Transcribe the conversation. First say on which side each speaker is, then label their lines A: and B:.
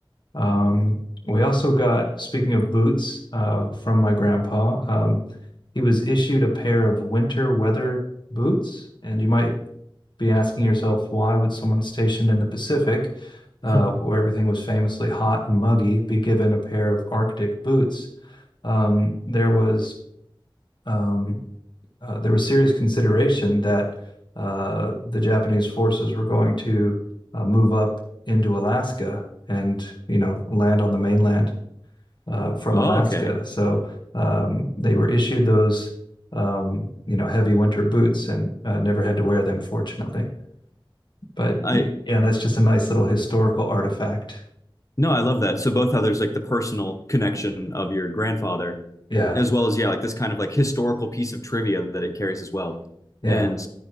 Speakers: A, on the left; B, on the left.
A: Um, we also got, speaking of boots, uh, from my grandpa, um, he was issued a pair of winter weather boots. And you might be asking yourself, why would someone stationed in the Pacific, uh,
B: <laughs>
A: where everything was famously hot and muggy, be given a pair of Arctic boots? Um, there was um, uh, there was serious consideration that uh, the Japanese forces were going to uh, move up into Alaska and you know land on the mainland uh, from
B: Oh,
A: Alaska.
B: okay.
A: So um, they were issued those um, you know heavy winter boots and uh, never had to wear them, fortunately. But
B: I
A: yeah, that's just a nice little historical artifact.
B: No, I love that. So both how there's like the personal connection of your grandfather,
A: Yeah,
B: as well as yeah, like this kind of like historical piece of trivia that it carries as well.
A: yeah,
B: And